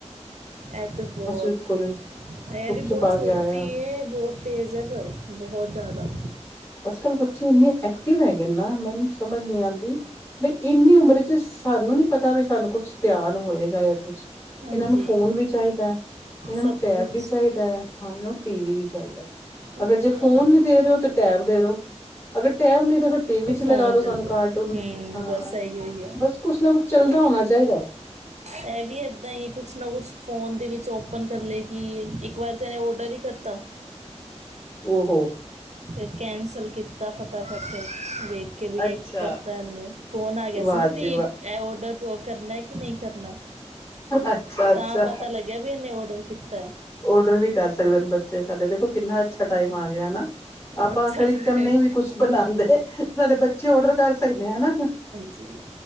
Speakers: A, on the right (about 70°); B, on the left (about 25°).
A: ਐ ਤੇ ਬਹੁਤ
B: ਉਹਦੇ ਕੋਲ
A: ਐ
B: ਛੁਪ
A: ਵੀ ਬਹੁਤ
B: ਛੁਪਾ
A: ਛੋਟੀ
B: ਕੇ ਆਇਆ
A: ਏ ਬਹੁਤ ਤੇਜ਼ ਏ ਪਰ ਬਹੁਤ ਜ਼ਿਆਦਾ
B: ਅੱਜ ਕੱਲ੍ਹ ਬੱਚੇ ਇੰਨੇ ਐਕਟਿਵ ਹੈਗੇ ਨਾ ਮੈਨੂੰ ਸਮਝ ਨਹੀਂ ਆਦੀ ਈ ਬਾਈ ਇੰਨੀ ਉਮਰ ਚ ਸਾਨੂੰ ਨੀ ਪਤਾ ਵੀ ਸਾਨੂੰ ਕੁਛ ਤਿਆਰ ਹੋਏਗਾ ਜਾਂ ਕੁਛ
A: ਹਾਂਜੀ,
B: ਇਹਨਾਂ ਨੂੰ ਫੋਨ ਵੀ ਚਾਹੀਦਾ ਐ ਇਹਨਾਂ ਨੂੰ
A: ਸਭ
B: ਟੈਬ
A: ਕੁਝ
B: ਵੀ ਚਾਹੀਦਾ ਐ ਸਾਮ ਨੂੰ ਟੀ ਵੀ ਵੀ ਚਾਹੀਦਾ ਆ
A: ਉਹ
B: ਅਗਰ ਜੇ
A: ਤੇ
B: ਫੋਨ
A: ਹੈ ਹੀ।
B: ਨਹੀਂ ਦੇ ਰਹੇ ਓ ਤਾਂ ਟੈਬ ਦੇ ਦੋ ਓ ਅਗਰ ਟੈਮ ਨਹੀਂ ਤੇ ਫਿਰ ਟੀ ਵੀ 'ਚ
A: ਫੋਨ
B: ਲਗਾ ਦੋ
A: ਦੇ
B: ਸਾਨੂੰ ਕਾਰਟੂਨ
A: ਹੂੰ
B: ਹਾਂ
A: ਬਸ ਇਹੀ ਹੋਈ ਹੈ।
B: ਬਸ ਕੁਛ ਨਾ ਕੁੱਛ ਚੱਲਦਾ ਹੋਣਾ ਚਾਹੀਦੈ।
A: ਇਹ ਵੀ ਇੱਦਾਂ ਹੀ ਕੁਛ ਨਾ ਕੁਛ ਫ਼ੋਨ ਦੇ ਵਿੱਚ ਓਪਨ ਕਰ ਲਏਗੀ ਕਿ ਇੱਕ ਵਾਰ ਤਾਂ ਇਹਨੇ ਔਡਰ ਹੀ ਕਰਤਾ।
B: ਉਹੋ
A: ਫਿਰ ਕੈਂਸਲ ਕੀਤਾ ਫਟਾਫਟ ਵੇਖ ਕੇ ਵੀ
B: ਅੱਛਾ
A: ਐ ਕੀ ਕਰਤਾ ਇਹਨੇ ਫੋਨ ਆ ਗਿਆ
B: ਵਾਹ
A: ਸੀ ਨਾ ਬੀ
B: ਜੀ ਵਾਹ
A: ਇਹ ਔਡਰ ਪਰੋ ਕਰਨਾ ਕਿ ਨਹੀਂ ਕਰਨਾ।
B: ਅੱਛਾ ਅੱਛਾ
A: ਤਾਂ ਪਤਾ ਲੱਗਿਆ ਵੀ ਇਹਨੇ ਔਡਰ ਕੀਤੈ।
B: ਔਡਰ ਵੀ ਕਰ ਸਕਦੇ ਨੇ ਬੱਚੇ ਸਾਡੇ ਦੇਖੋ ਕਿੰਨਾ ਅੱਛਾ ਟਾਈਮ ਆ ਗਿਆ ਨਾ। ਆਪਾਂ
A: ਅੱਛਾ
B: ਫੇਰ
A: ਡਰਾਈਵ
B: ਇੱਕ ਟਾਈਮ ਨਹੀਂ ਵੀ ਕੁਛ ਬਣਾਉਂਦੇ ਸਾਡੇ ਬੱਚੇ ਔਡਰ ਕਰ ਸਕਦੇ ਹੈ ਹਨਾ।
A: ਜੀ